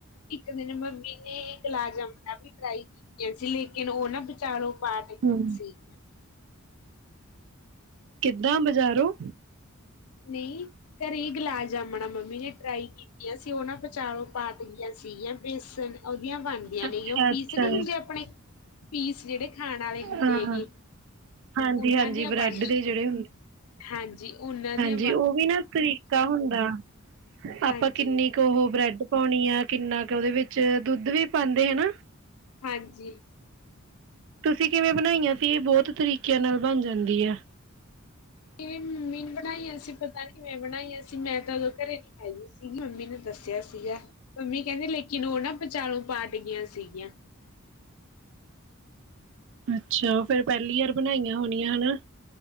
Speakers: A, on the left; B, on the right.
A: ਇੱਕ ਦਿਨ ਮੰਮੀ ਨੇ ਗੁਲਾਬ ਜਾਮੁਣ ਵੀ ਟਰਾਈ ਕੀਤੀਆਂ ਸੀ ਲੇਕਿਨ ਉਹ ਨਾ ਬੀਚਲੋ ਬਾਅਦ
B: ਹੂੰ।
A: ਸੀ
B: ਕਿੱਦਾਂ ਬਜ਼ਾਰੋਂ
A: ਨਹੀਂ ਘਰੇ ਗੁਲਾਬ ਜਾਮੁਣ ਮੰਮੀ ਨੇ ਟਰਾਈ ਕੀਤੀਆਂ ਸੀ ਉਹ ਨਾ ਵਿਚਾਲਿਓਂ ਪਾਟ ਗਈਆਂ ਸੀਗੀਆਂ ਬੇਸਨ ਉਹਦੀਆਂ ਬਣਦੀਆਂ
B: ਅੱਛਾ-ਅੱਛਾ।
A: ਨੇ ਉਹ ਪੀਸ ਨਹੀਂ ਹੁੰਦੇ ਆਪਣੇ ਪੀਸ ਜੇਹੜੇ ਖਾਣ ਵਾਲ਼ੇ ਹੁੰਦੇ
B: ਹਾਂ, ਹਾਂਜੀ-ਹਾਂਜੀ
A: ਉਹਨਾਂ ਦੀਆਂ
B: ਬ੍ਰੈਡ
A: ਬਣ
B: ਦੇ ਜਿਹੜੇ
A: ਹਾਂਜੀ ਉਹਨਾਂ ਦੀ
B: ਜੀ ਉਹ ਵੀ ਨਾ ਤਰੀਕਾ ਹੁੰਦਾ।
A: ਹਾਂਜੀ
B: ਆਪਾਂ ਕਿੰਨੀ ਕੁ ਉਹ ਬ੍ਰੈਡ ਪਾਉਣੀ ਆ ਕਿੰਨਾ ਕੁ ਉਹਦੇ ਵਿੱਚ ਦੁੱਧ ਵੀ ਪਾਉਂਦੇ ਹਨਾ
A: ਹਾਂਜੀ।
B: ਤੁਸੀਂ ਕਿਵੇਂ ਬਣਾਈਆਂ ਸੀ ਇਹ ਬਹੁਤ ਤਰੀਕਿਆਂ ਨਾਲ ਬਣ ਜਾਂਦੀ ਹੈ
A: ਏ ਮੰਮੀ ਨੂੰ ਪ ਬਣਾਈਆਂ ਸੀ ਪਤਾ ਕਿਵੇੈਂ ਬਣਾਈਆਂ ਸੀ ਮੈਂ ਤਾਂ ਉਦੋਂ ਘਰੇ ਨੀ ਹੈਗੀ ਸੀਗੀ ਮੰਮੀ ਨੇ ਦੱਸਿਆ ਸੀਗਾ ਮੰਮੀ ਕਹਿੰਦੀ ਲੇਕਿਨ ਉਹ ਨਾ ਬਚਾਲੋ ਪਾਟ ਗਈਆਂ ਸੀਗੀਆਂ
B: ਅੱਛਾ ਉਹ ਫੇਰ ਪਹਿਲੀ ਵਾਰ ਬਣਾਈਆਂ ਹੋਣੀਆਂ ਹਨਾ।